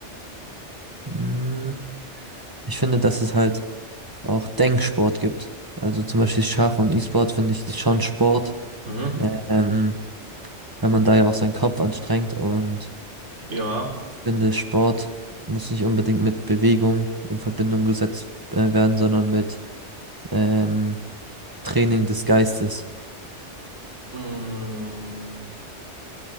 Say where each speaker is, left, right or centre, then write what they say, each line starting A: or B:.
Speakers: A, on the right; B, on the right.
A: Hm, Ich finde, dass es halt auch Denksport gibt. Also zum Beispiel Schach und E-Sport finde ich ist schon Sport,
B: Mhm.
A: ähm, weil man da ja auch seinen Kopf anstrengt und
B: Ja.
A: ich finde, Sport muss nicht unbedingt mit Bewegung in Verbindung gesetzt äh, werden, sondern mit ähm, Training des Geistes.
B: Mhm.